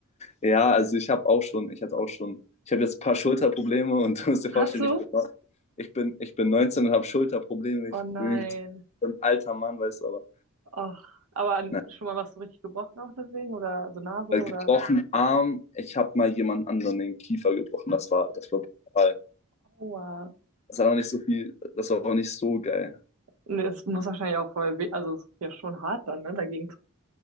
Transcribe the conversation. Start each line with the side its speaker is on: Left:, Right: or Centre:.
Left: ja, also ich habe auch schon, ich hatte auch schon, ich habe jetzt ein paar Schulterprobleme und du musst dir
Right: Hast
Left: vorstellen,
Right: du?
Left: ich bin, ich bin, ich bin 19 und habe Schulterprobleme. Ich
Right: Oh nein.
Left: bin ein alter Mann, weißt du, aber
Right: Ach, aber
Left: nein.
Right: schon mal was so richtig gebrochen auch deswegen? Oder so Nase
Left: Äh,
Right: oder
Left: Gebrochen Arm, ich habe mal jemand anderen den Kiefer gebrochen. Das war, das war brutal.
Right: Aua.
Left: Das war noch nicht so viel, das war auch nicht so geil.
Right: Nee, es muss wahrscheinlich auch voll weh, also es ist ja schon hart dann, ne, dagegen zu,